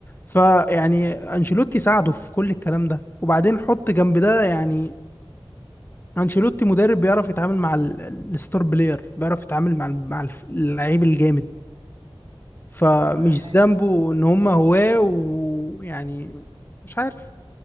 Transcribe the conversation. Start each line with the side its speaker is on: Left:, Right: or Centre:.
Left: فيعني انشيلوتي ساعده في كل الكلام ده وبعدين حط جنب ده يعني انشيلوتي مدرب بيعرف يتعامل مع ال- ال- الستار بلاير بيعرف يتعامل مع ال- مع الف- اللعيب الجامد فمش
Right: طب هقول لك حاجه
Left: ذنبه ان هم هواه ويعني مش عارف